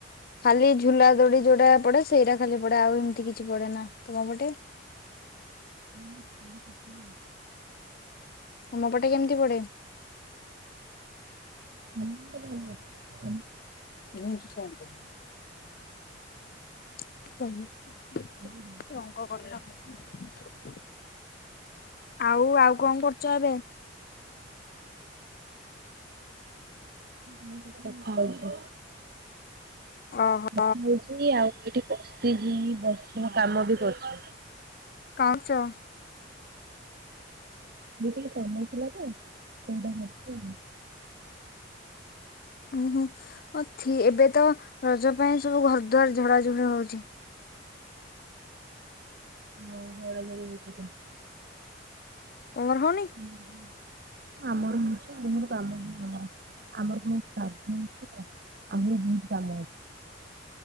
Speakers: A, on the left; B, on the right.
A: ଖାଲି ଝୁଲା ଦୋଡି ଯୋଉଟା ପଡେ ସେଇଟା ଖାଲି ପଡେ ଆଉ ଏମିତି କିଛି ପଡେ ନା ତମ ପଟେ।
B: <inaudible>
A: ତମ ପଟେ କେମିତି ପଡ଼େ?
B: ଆମ ପଟେ ଭଲ ପଡ଼େ
A: <inaudible>
B: <inaudible>
A: ରଙ୍ଗ କରୁଥାଅ ଆଉ ଆଉ କଣ କରୁଛ ଏବେ।
B: ମୁଁ କଥା ହଉଛି
A: ଓହୋ
B: କଥା ହଉଛି ଆଉ ଏଠି ବସିଛି ବସି ମୁଁ କାମ ବି କରୁଛି।
A: କଣ କରୁଛ।
B: ଦି କିଲ ପନିର ଥିଲା ତ ସେଇଟା କଟୁଛି ଆଉ।
A: ଓ ହୋଁ ଅଥି ଏବେ ତ ରଜ ପାଇଁ ସବୁ ଘର ଦୁଆର ଝଡା ଝଡି ହଉଛି।
B: ହଁ ହଳ ଧରି ବିଛି ତ।
A: ତମର ହଉନି।
B: ହଉ ଆମର ହଉଛି ବହୁତ କାମ ଆମର। ଆମର କଣ ଶ୍ରାଧ ଅଛି ତ ଆହୁରି ବହୁତ କାମ ଅଛି।